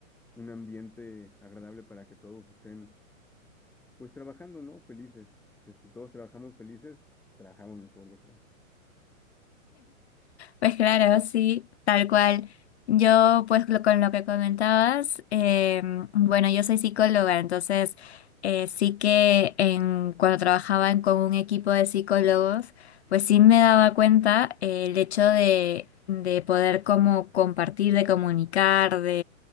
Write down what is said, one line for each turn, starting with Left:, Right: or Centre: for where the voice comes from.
Centre: un ambiente agradable para que todos estén, pues trabajando, ¿no? Felices. pues Si todos trabajamos felices, trabajamos mejor, yo creo.
Left: Pues claro, sí, tal cual. Yo, pues lo- con lo que comentabas, eh, bueno, yo soy psicóloga, entonces eh, sí que en, cuando trabajaba en- con un equipo de psicólogos, pues sí me daba cuenta eh, el hecho de, de poder como compartir, de comunicar,